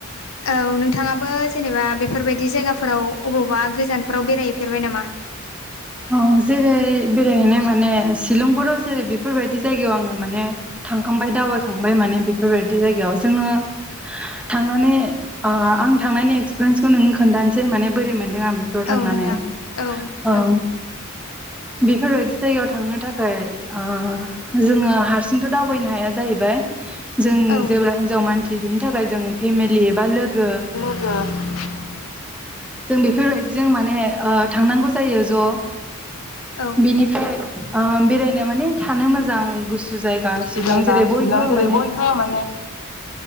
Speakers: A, on the left; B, in the centre.
A: औ नोंथाङाबो जेनेबा बेफोरबायदि जायगाफोराव अबावबा गोजानफोराव बेरायहैफेरबाय नामा?
B: औ जेरै बेरायहैनाय माने शिलंफोराव जेरै बेफोरबायदि जायगायाव आङो माने थांखांबाय दावबायखांबाय माने बेफोरबायदि जायगायाव जोङो थांनानै ओ आं थांनायनि एक्सपिरियेन्सखौ नोंनो खोन्थानोसै माने बोरै मोनदों आं बेखौ बो
A: औ
B: थांनानै,
A: नोंथां औ
B: ओं।
A: औ
B: बेफोरबायदि जायगायाव थांनो थाखाय ओ जोङो हारसिंथ' दावबायनो हाया जाहैबाय जों
A: औ
B: जेब्ला हिनजाव मानसि बिनि थाखाय जों फेमिलि एबा लोगो
A: <inaudible> बुंथिगिरिनि जेबो खोनानो मोननाय जायाखै
B: जों बेफोरबायदिजों माने थांनांगौ जायो ज'
A: औ
B: बिनिफ्राय बेरायनो माने थानो मोजां गुसु जायगा
A: गुसु
B: शिलं
A: जायगा
B: जेरै
A: शिलं
B: बयबो
A: जेरै
B: माने
A: बयबो माने